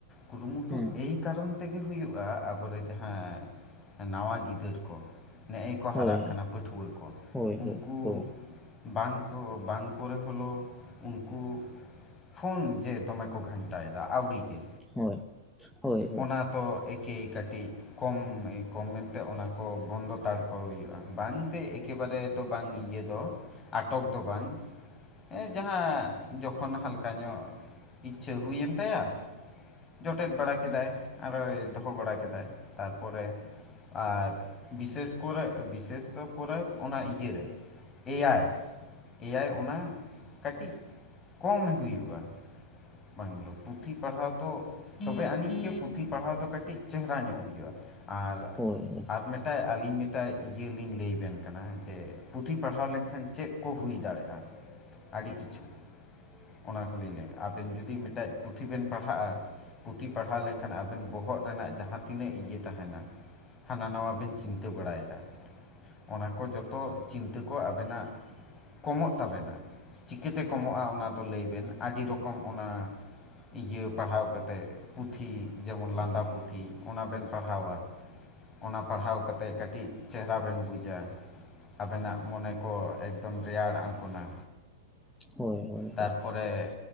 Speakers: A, on the left; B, in the centre.
A: ᱠᱩᱨᱩᱢᱩᱴᱩ
B: ᱦᱮᱸ
A: ᱮᱭ ᱠᱟᱨᱚᱱ ᱛᱮᱜᱮ ᱦᱩᱭᱩᱜ-ᱟ ᱟᱵᱚᱨᱮ ᱡᱟᱦᱟᱸ ᱱᱟᱣᱟ ᱜᱤᱫᱟᱹᱨ ᱠᱚ ᱱᱮᱜ-ᱮ ᱠᱚ ᱦᱟᱨᱟᱜ
B: ᱦᱳᱭ
A: ᱠᱟᱱᱟ ᱯᱟᱹᱴᱷᱩᱣᱟᱹ ᱠᱚ
B: ᱦᱳᱭ
A: ᱩᱱᱠᱩ
B: ᱦᱳᱭ ᱦᱳᱭ
A: ᱵᱟᱝ ᱠᱚ ᱵᱟᱝ ᱠᱚᱨᱮ ᱦᱚᱞᱳ ᱩᱱᱠᱩ᱾ ᱯᱷᱳᱱ ᱡᱮ ᱫᱚᱢᱮ ᱠᱚ ᱜᱷᱟᱱᱴᱟᱭᱮᱫᱟ ᱟᱹᱣᱲᱤ ᱜᱮ
B: ᱦᱳᱭ ᱦᱳᱭ
A: ᱚᱱᱟ ᱛᱚ ᱮᱠᱮᱭ ᱠᱟᱹᱴᱤᱡ ᱠᱚᱢ ᱠᱚᱢ ᱢᱮᱱᱛᱮ ᱚᱱᱟ ᱠᱚ ᱵᱚᱱᱫᱚ ᱛᱟᱲ ᱠᱚ ᱦᱩᱭᱩᱜ-ᱟ ᱵᱟᱝᱛᱮ ᱮᱠ ᱮᱠᱮᱵᱟᱨᱮ ᱫᱚ ᱵᱟᱝ ᱤᱭᱟᱹ ᱫᱚ ᱟᱴᱚᱠ ᱫᱚ ᱵᱟᱝ ᱦᱮᱸ ᱡᱟᱦᱟᱸ ᱡᱚᱠᱷᱚᱱ ᱦᱟᱞᱠᱟ ᱧᱚᱜ ᱤᱪᱪᱷᱟᱹ ᱦᱩᱭᱮᱱ ᱛᱟᱭᱟ ᱡᱚᱴᱮᱫ ᱵᱟᱲᱟ ᱠᱮᱫᱟᱭ ᱟᱨᱚᱭ ᱫᱚᱦᱚ ᱵᱟᱲᱟ ᱠᱮᱫᱟᱭ ᱛᱟᱨᱯᱚᱨᱮ ᱟᱨ ᱵᱤᱥᱮᱥ ᱠᱚᱨᱮ ᱵᱤᱥᱮᱥᱛᱚ ᱠᱚᱨᱮ ᱚᱱᱟ ᱤᱭᱟᱹᱨᱮ ᱮᱭᱟᱭ। ᱮᱭᱟᱭ ᱚᱱᱟ ᱠᱟᱹᱴᱤᱡ ᱠᱚᱢ ᱮ ᱦᱩᱭᱩᱜ-ᱟ ᱵᱟᱝᱞᱳ ᱯᱩᱛᱷᱤ ᱯᱟᱲᱦᱟᱣ ᱫᱚ ᱛᱚᱵᱮ ᱟᱹᱱᱤᱡ ᱜᱮ ᱯᱩᱛᱷᱤ ᱯᱟᱲᱦᱟᱣ ᱫᱚ ᱠᱟᱹᱴᱤᱡ ᱪᱮᱦᱨᱟ ᱧᱚᱜ ᱦᱩᱭᱩᱜ-ᱟ ᱟᱨ
B: ᱦᱳᱭ
A: ᱟᱨ ᱢᱤᱫᱴᱮᱱ ᱟᱹᱞᱤᱝ ᱢᱤᱫᱴᱮᱱ ᱤᱭᱟᱹ ᱞᱤᱧ ᱞᱟᱹᱭ ᱟᱵᱮᱱ ᱠᱟᱱᱟ ᱡᱮ ᱯᱩᱛᱷᱤ ᱯᱟᱲᱦᱟᱣ ᱞᱮᱱᱠᱷᱟᱱ ᱪᱮᱫ ᱠᱚ ᱦᱩᱭ ᱫᱟᱲᱮᱭᱟᱜ-ᱟ?
B: <inaudible>
A: ᱟᱹᱰᱤ ᱠᱤᱪᱷᱩ ᱚᱱᱟ ᱠᱚᱞᱤᱧ ᱞᱟᱹᱭ ᱟᱵᱮᱱ ᱡᱩᱫᱤ ᱢᱤᱫᱴᱮᱱ ᱯᱩᱛᱷᱤ ᱵᱮᱱ ᱯᱟᱲᱦ ᱦᱟᱜ-ᱟ ᱯᱩᱛᱷᱤ ᱯᱟᱲᱦᱟᱣ ᱞᱮᱱᱠᱷᱟᱱ ᱟᱵᱮᱱ ᱵᱚᱦᱚᱜ ᱨᱮᱱᱟᱜ ᱡᱟᱦᱟᱸ ᱛᱤᱱᱟᱹᱜ ᱤᱭᱟᱹ ᱛᱟᱦᱮᱱᱟ ᱦᱟᱱᱟ ᱱᱟᱣᱟ ᱵᱮᱱ ᱪᱤᱱᱛᱟᱹ ᱵᱟᱲᱟᱭᱮᱫᱟ। ᱚᱱᱟ ᱠᱚ ᱡᱚᱛᱚ ᱪᱤᱱᱛᱟᱹ ᱠᱚ ᱟᱵᱮᱱᱟᱜ ᱠᱚᱢᱚᱜ ᱛᱟᱵᱮᱱᱟ ᱪᱤᱠᱟᱹᱛᱮ ᱠᱚᱢᱚᱜ-ᱟ ᱚᱱᱟ ᱫᱚ ᱞᱟᱹᱭ ᱵᱮᱱ ᱟᱹᱰᱤ ᱨᱚᱠ ᱚᱱᱟ ᱤᱭᱟᱹ ᱯᱟᱲᱦᱟᱣ ᱠᱟᱛᱮᱜ, ᱯᱩᱛᱷᱤ ᱡᱮᱢᱚᱱ ᱞᱟᱸᱫᱟ ᱯᱩᱛᱷᱤ ᱚᱱᱟ ᱵᱮᱱ ᱯᱟᱲᱦᱟᱣᱟ। ᱚᱱᱟ ᱯᱟᱲᱦᱟᱣ ᱠᱟᱛᱮᱫ ᱠᱟᱹᱴᱤᱡ ᱪᱮᱦᱮᱨᱟ ᱵᱮᱱ ᱵᱩᱡᱟ ᱾ ᱟᱵᱮᱱᱟᱜ ᱢᱚᱱᱮ ᱠᱚ ᱮᱠᱫᱚᱢ ᱨᱮᱭᱟᱲ ᱟᱱᱜᱚᱱᱟ।
B: ᱦᱳᱭ ᱦᱳᱭ
A: ᱛᱟᱨᱯᱚᱨᱮ,